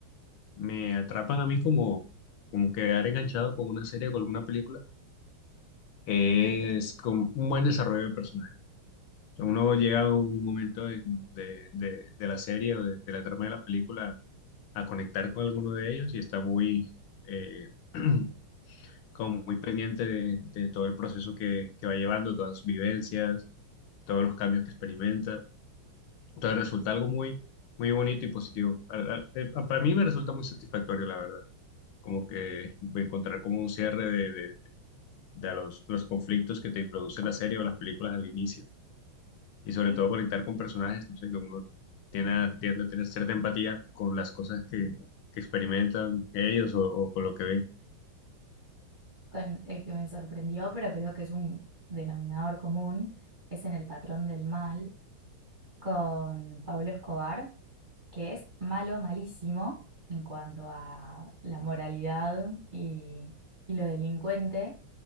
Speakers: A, on the left; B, on the right.
A: me atrapan a mí como, como quedar enganchado con una serie o con alguna película es con un buen desarrollo de personajes. O sea, uno llega a un momento en- de, de- de la serie o de, de la trama de la película a conectar con alguno de ellos y está muy, eh, <clears throat> como muy pendiente de, de todo el proceso que, que va llevando, todas sus vivencias, todos los cambios que experimenta. Entonces resulta algo muy, muy bonito y positivo. Al- al- eh, Para mí me resulta muy satisfactorio, la verdad. Como que encontrar como un cierre de, de- de los, los conflictos que te introduce la serie o las películas al inicio. y sobre
B: Y
A: todo conectar con personajes, no sé, que uno tiene, a- tiende a tener cierta empatía con las cosas que, que experimentan ellos o, o con lo que ven.
B: con el que me sorprendió, pero creo que es un denominador común, es en El patrón del mal con Pablo Escobar, que es malo, malísimo en cuanto a la moralidad y, y lo delincuente